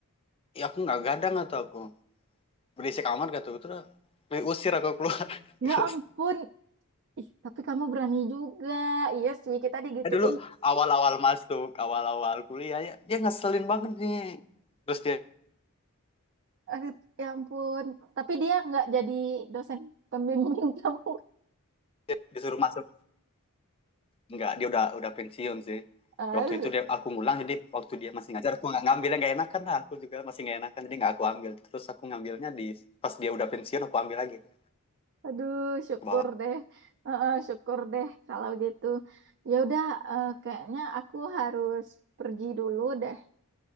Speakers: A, on the left; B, on the right.
A: ya aku nggak gadang atau aku berisik amat gitu terus diusir aku keluar terus
B: Ya ampun, ih tapi kamu berani juga. Iya sih kita digituin.
A: eh, dulu awal-awal masuk awal-awal kuliah ya dia ngeselin banget nih terus dia,
B: Eh, ya ampun, tapi dia nggak jadi dosen pembimbing <laughs> kamu.
A: dia disuruh masuk enggak dia udah udah pensiun sih
B: Ah,
A: Ya, waktu itu dia aku ngulang jadi waktu dia masih ngajar aku nggak ngambilnya nggak enakan lah aku juga masih nggak enakan jadi nggak aku ambil terus aku ngambilnya di pas dia udah pensiun aku ambil lagi ke
B: Aduh, syukur
A: bawah
B: deh. Heeh, syukur deh kalau gitu. Ya udah, eh, kayaknya aku harus pergi dulu deh.